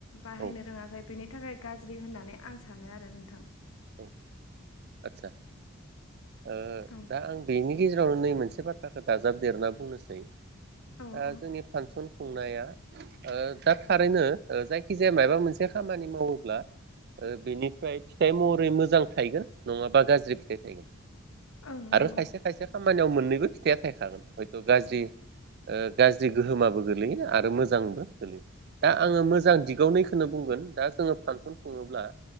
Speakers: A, on the left; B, on the right.
A: बाहायनो
B: औ
A: रोङाखै बिनि थाखाय गाज्रि होननानै आं सानो आरो नोंथां।
B: औ आतसा। ओ
A: औ
B: दा आं गैयिनि गेजेरावनो नै मोनसे बाथ्राखौ दाजाबदेरना बुंनोसै। ओ
A: औ औ
B: जोंनि फांसन खुंनाया ओ दा थारैनो ओ जायखिजाया माबा मोनसे खामानि मावोब्ला ओ बेनिफ्राय फिथाइ मह रै मोजां थायगोन नङाबा गाज्रि फिथाइ थायगोन।
A: ओं नंगौ
B: आरो खायसे खायसे खामानियाव मोननैबो फिथाइया थायखागोन हयथ' गाज्रि ओ गाज्रि गोहोमाबो गोलैयो आरो मोजांबो गोलैयो। दा आङो मोजां दिगावनैखौनो बुंगोन दा जोङो फांसन ओ खुङोब्ला